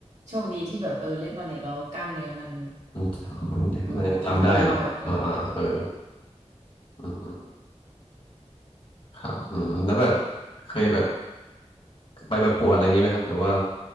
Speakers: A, on the right; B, on the left.
A: โชคดีที่แบบเออเล่นตอนเด็กแล้วกล้ามเนื้อมัน
B: มันมันมันยังจำได้เนาะอ่าอ่าเออ
A: มันแบบมันโตมากับเออ
B: อืมอืมครับอืมแล้วแบบเคยแบบไปประกวดอะไรอย่างงี้ไหมครับหรือว่า